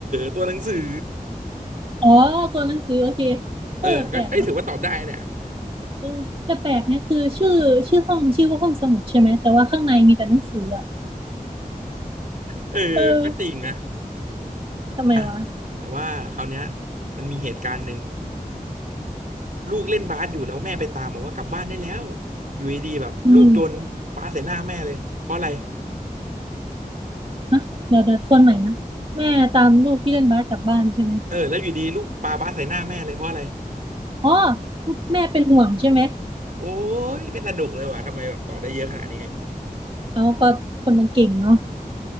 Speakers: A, on the right; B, on the right.
A: ตัวหนังสือ
B: อ๋อตัวหนังสือโอเค
A: เออก็เอ้ยถือว่าตอบได้เนี่ย
B: เออแปลกเนอะ เออแต่แปลกเนี่ยคือชื่อชื่อห้องมันชื่อว่าห้องสมุดใช่ไหมแต่ว่าข้างในมีแต่หนังสืออ่ะ
A: เออก็จริงนะ
B: เออทำไมวะ
A: อ่ะแต่ว่าคราวเนี้ยมันมีเหตุการณ์หนึ่งลูกเล่นบาสอยู่แล้วแม่ไปตามบอกว่ากลับบ้านได้แล้วอยู่ดีๆแบบลูกโยนบาสใส่หน้าแม่เลยเพราะอะไร
B: อืมนะเดี๋ยวเดี๋ยวทวนใหม่นะแม่ตามลูกที่เล่นบาสกลับบ้านใช่ไหม
A: เออแล้วอยู่ดีลูกปาบาสใส่หน้าแม่เลยเพราะอะไร
B: อ๋อแม่เป็นห่วงใช่ไหม
A: โอ้ยเป็นสนุกเลยว่ะทำไมแบบตอบได้เยอะขนาดนี้
B: เอาก็คนมันเก่งเนาะ